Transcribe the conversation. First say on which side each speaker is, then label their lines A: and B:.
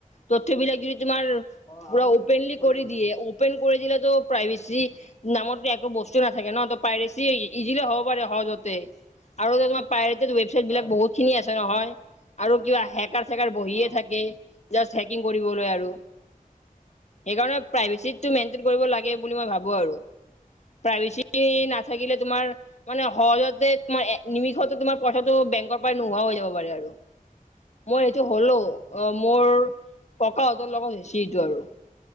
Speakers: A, on the left; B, on the left.
A: তথয়বলাক যদি তোমাৰ
B: অ
A: পুৰা
B: আৰু কি
A: অপেনলি
B: কি কৰিব
A: কৰি
B: পাৰি
A: দিয়ে অপেন কৰি দিল তো প্ৰাইভেচি নামত একো বস্তু নাথাকে ন ত প্ৰাইভেচি ইজিলে হ'ব পাৰে সহজতে আৰু তমাৰ পায় ৱেবচাইট
B: হয়
A: বিলাক বহুত খিনি আছে নহয় আৰু কিবা হেকাৰ চেকাৰ বহিয়ে
B: অঁ
A: থাকে জাষ্ট হেকিং কৰিবলৈ আৰু সেইকাৰণে প্ৰাইভেচিটো মেইনটেইন কৰিব লাগে বুলি মই ভাবো আৰু প্ৰাইভেচি নাথাকিলে তোমাৰ মানে সহজতে তোমাৰ নিমিষতে তোমাৰ পইচাটো বেংকৰ পৰা নোহোৱা হৈ যাব পাৰে আৰু মই এইটো হ'লো
B: অঁ
A: অ মোৰ প্ৰক লগত হেচিটো আৰু